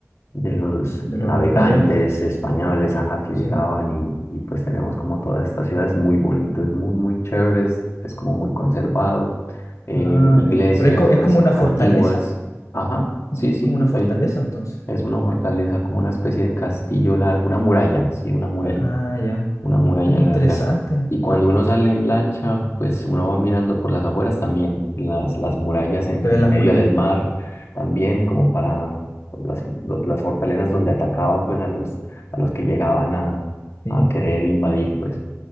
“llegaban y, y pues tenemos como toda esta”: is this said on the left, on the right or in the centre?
Left